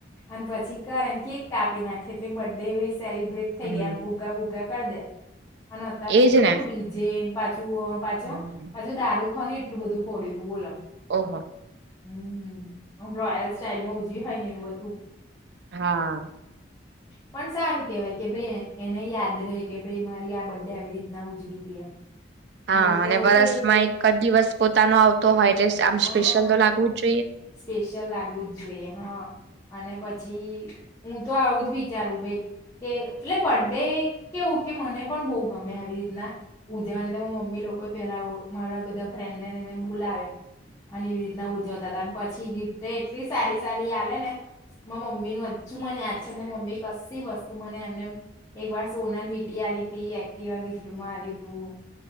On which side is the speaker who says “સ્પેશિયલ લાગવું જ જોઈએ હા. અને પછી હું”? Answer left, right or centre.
Left